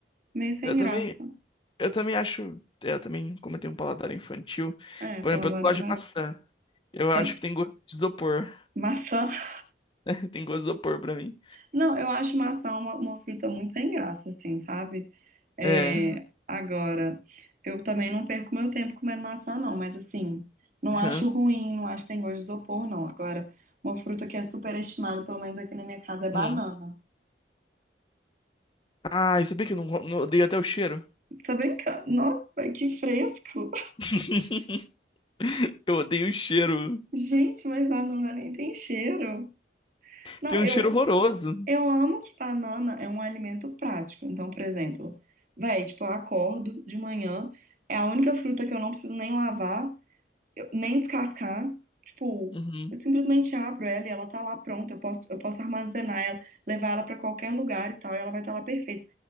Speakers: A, on the right; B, on the left.
A: Meio sem
B: Eu também,
A: graça.
B: eu também acho. é, Eu também, como eu tenho um paladar infantil,
A: É,
B: por
A: paladar
B: exemplo, eu não gosto
A: infantil.
B: de maçã. Eu
A: Você-
B: acho que tem gosto de isopor.
A: Maçã. <laughs>
B: <laughs> Tem gosto de isopor pra mim.
A: Não, eu acho maçã uma, uma fruta muito sem graça, assim, sabe? É,
B: É.
A: agora, eu também não perco meu tempo comendo maçã, não, mas assim, não
B: aham,
A: acho ruim, não acho que tem gosto de isopor, não. Agora, uma fruta que é super estimada pelo menos aqui na minha casa, é banana.
B: uhum. Ah, e sabia que eu não, go- não odeio até o cheiro?
A: Você tá brincando? Nossa, que fresco!
B: <laughs> Eu odeio o cheiro.
A: <laughs> Gente, mas banana nem tem cheiro. Não,
B: Tem
A: eu,
B: um cheiro horroroso.
A: eu amo que banana é um alimento prático. Então, por exemplo, véi, tipo, eu acordo de manhã, é a única fruta que eu não preciso nem lavar. eu- nem descascar. Tipo,
B: Uhum.
A: eu simplesmente abro ela e ela tá lá pronta. Eu posso, eu posso armazenar ela, levar ela pra qualquer lugar e tal, e ela vai estar lá perfeita.